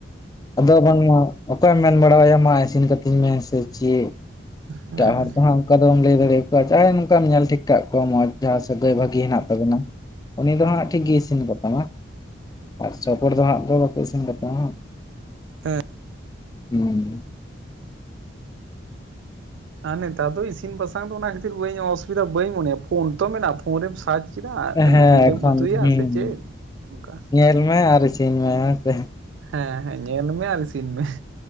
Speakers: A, on the left (about 20°); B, on the right (about 65°).
A: ᱟᱫᱚ ᱵᱟᱝᱢᱟ ᱚᱠᱚᱭᱮᱢ ᱢᱮᱱ ᱵᱟᱲᱟᱣᱭᱟ ᱢᱟ ᱤᱥᱤᱱ ᱠᱟᱹᱛᱤᱧ ᱢᱮ ᱥᱮ ᱪᱮᱫ ᱾ <inaudible>
B: ᱦᱮᱸ
A: ᱮᱴᱟᱜ ᱦᱚᱲ ᱫᱚ ᱦᱟᱸᱜ ᱚᱱᱠᱟ ᱫᱚᱢ ᱞᱟᱹᱭ ᱫᱟᱲᱮᱭᱟᱠᱚᱣᱟ ᱡᱟᱦᱟᱸᱭ ᱱᱚᱝᱠᱟᱢ ᱧᱮᱞ ᱴᱷᱤᱠ ᱠᱟᱜ ᱠᱚᱣᱟ, ᱢᱚᱸᱡᱽ ᱡᱟᱦᱟᱸ ᱥᱟᱹᱜᱟᱹᱭ ᱵᱷᱟᱹᱜᱤ ᱦᱮᱱᱟᱜ ᱛᱟᱵᱤᱱᱟ ᱩᱱᱤ ᱫᱚ ᱦᱟᱸᱜ ᱴᱷᱤᱠ ᱜᱮᱭ ᱤᱥᱤᱱ ᱵᱟᱥᱟᱝ-ᱟ <inaudible> ᱟᱨ ᱥᱚᱯᱚᱴ ᱫᱚ ᱦᱟᱸᱜ ᱫᱚ ᱵᱟᱠᱚ ᱤᱥᱤᱱ ᱵᱟᱥᱟᱝ-ᱟ ᱾
B: ᱦᱮᱸ ᱾
A: ᱦᱩᱸ ᱾
B: ᱟᱨ ᱱᱮᱛᱟᱨ ᱫᱚ ᱤᱥᱤᱱ ᱵᱟᱥᱟᱝ ᱫᱚ ᱚᱱᱟ ᱠᱷᱟᱹᱛᱤᱨ ᱵᱟᱹᱧ ᱚᱥᱩᱵᱤᱫᱟ ᱵᱟᱹᱧ ᱢᱚᱱᱮᱭᱟ, ᱯᱷᱳᱱ ᱛᱚ ᱢᱮᱱᱟᱜ ᱯᱷᱳᱱ ᱨᱮᱢ ᱥᱟᱨᱡᱽ ᱠᱮᱫᱟ
A: ᱦᱮᱸ
B: ᱟᱹᱞᱩ ᱵᱤᱞᱮᱢ
A: ᱮᱠᱷᱚᱱ
B: ᱩᱛᱩᱭᱟ
A: ᱦᱩᱸ
B: ᱥᱮ ᱪᱮᱫ ᱚᱱᱠᱟ
A: ᱧᱮᱞ ᱢᱮ ᱟᱨ ᱤᱥᱤᱱ ᱢᱮ ᱦᱮᱸ ᱥᱮ ᱾
B: ᱦᱮᱸ ᱦᱮᱸ ᱧᱮᱞ ᱢᱮ ᱟᱨ ᱤᱥᱤᱱ ᱢᱮ ᱾